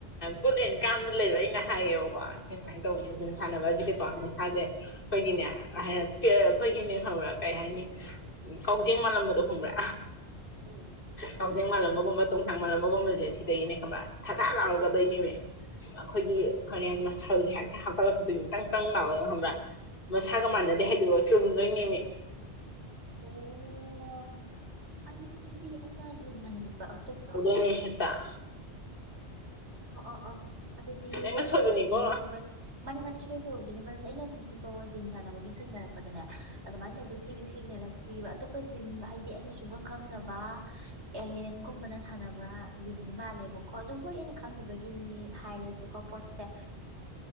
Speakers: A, on the left; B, on the right.
A: ꯒꯨꯗ ꯑꯦꯟ ꯀꯥꯝꯗ ꯂꯩꯕ ꯑꯩꯅ ꯍꯥꯏꯌꯦꯕꯀꯣ ꯁꯤ ꯁꯨꯃꯥꯏꯅ ꯇꯧꯕꯅꯤ ꯁꯤ ꯖꯤꯝ ꯁꯥꯟꯅꯕ ꯑꯁꯤꯗꯤꯀꯣ ꯃꯁꯥꯁꯦ ꯑꯈꯣꯏꯒꯤꯅꯦ ꯑꯈꯣꯏꯒꯤꯅꯦ ꯀꯩ ꯍꯥꯏꯅꯤ ꯀꯥꯎꯖꯦꯡ ꯃꯥꯜꯂꯝꯕꯗꯣ ꯍꯣꯡꯕ꯭ꯔꯥ
B: ꯎꯝ
A: ꯀꯥꯎꯖꯤꯡ ꯃꯥꯜꯂꯝꯕꯒꯨꯝꯕ ꯇꯣꯡꯁꯥꯡ ꯃꯥꯜꯂꯝꯕꯒꯨꯝꯕꯁꯦ ꯁꯤꯗꯒꯤꯅꯦ ꯈꯟꯕ ꯊꯥꯗꯥ ꯂꯥꯎꯔꯒꯗꯣꯏꯅꯦꯅꯦ ꯑꯩꯈꯣꯏꯒꯤ ꯀ ꯍꯥꯏ ꯃꯁꯜꯁꯦ ꯍꯥꯏ ꯍꯥꯞꯀꯠꯂꯛꯈꯤꯗꯣꯏꯅꯤꯇꯪꯇꯪ ꯥꯎꯒ ꯈꯪꯕ꯭ꯔꯥ ꯃꯁꯥꯒ ꯃꯥꯟꯅꯗꯦ ꯍꯥꯏꯗꯣꯛꯑꯒ ꯆꯨꯝꯗꯣꯏꯅꯤꯃꯤ
B: ꯑꯣ ꯑꯩ ꯑꯗꯨꯗꯤ ꯑꯩꯅ ꯌꯦꯃꯕ ꯑꯇꯣꯞꯄ
A: ꯑ ꯍꯦꯗ
B: ꯑꯣ ꯑꯣ ꯑꯣ ꯑꯗꯨꯗꯤ
A: ꯅꯪꯅ
B: ꯑꯩꯅ
A: ꯁꯣꯏꯕꯅꯤꯀꯣ
B: ꯆꯟꯅꯧꯗꯅꯕ ꯃꯥꯅꯦ ꯃꯥꯅꯦ ꯁꯣꯏꯕ ꯑꯣꯏꯗꯣꯏꯅꯤ ꯃꯔꯝꯗꯤ ꯑꯩꯅ ꯍꯧꯨꯁꯤꯛ ꯐꯥꯎꯕ ꯖꯤꯝ ꯁꯥꯟꯅꯕ ꯃꯤ ꯊꯅꯔꯛꯄꯗꯅꯦ ꯑꯗꯨꯃꯥꯏꯅ ꯇꯧꯕꯗ ꯊꯦꯡꯅꯔꯛꯇ꯭ꯔꯤꯕ ꯑꯇꯣꯞꯄ ꯖꯤꯝ ꯍꯥꯏꯗꯤ ꯑꯩꯅ ꯁꯨꯡ ꯈꯪꯗꯕ ꯑꯦꯂꯦꯟꯒꯨꯝꯕꯅ ꯁꯥꯟꯅꯕ ꯖꯤꯝꯗꯤ ꯃꯥꯜꯂꯦꯕꯀꯣ ꯑꯗꯨꯕꯨ ꯍ ꯈꯪꯗꯕꯒꯤꯅꯤ ꯍꯥꯏꯔꯁꯤꯀꯣ ꯄꯣꯁꯦ